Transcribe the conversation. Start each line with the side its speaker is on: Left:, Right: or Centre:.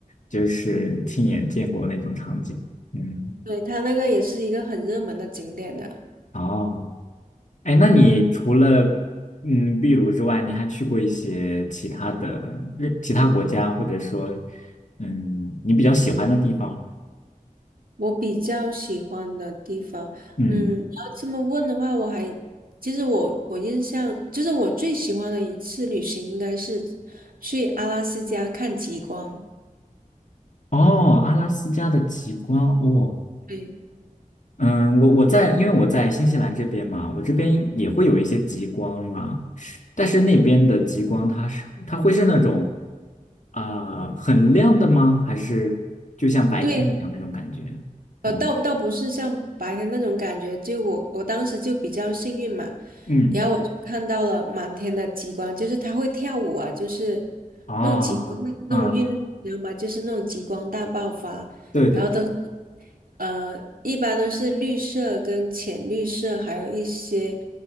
Left: 就是亲眼见过那种场景。嗯，
Right: 对，它那个也是一个很热门的景点的，
Left: 哦，哎，那你除了嗯秘鲁之外，你还去过一些其他的日其他国家，或者说嗯你比较喜欢的地方？
Right: 我比较喜欢的地方。
Left: 嗯。
Right: 嗯，然后这么问的话，我还其实我我印象就是我最喜欢的一次旅行应该是去阿拉斯加看极光。
Left: 哦，阿拉斯加的极光哦，
Right: 对。
Left: 嗯，我我在，因为我在新西兰这边嘛，我这边也会有一些极光啦，但是那边的极光它是它会是那种啊、呃很亮的吗？还是就像白天一样那种感觉，
Right: 对，呃，
Left: 是吗？
Right: 倒不倒不是像白天那种感觉，就我我当时就比较幸运嘛，
Left: 嗯，
Right: 然后我就看到了满天的极光，就是它会跳舞啊，就是
Left: 啊啊，
Right: 那种极光那那种韵律，你知道吗？就是那种极光大爆发，
Left: 对对对，
Right: 然后都是呃，一般都是绿色跟浅绿色，还有一些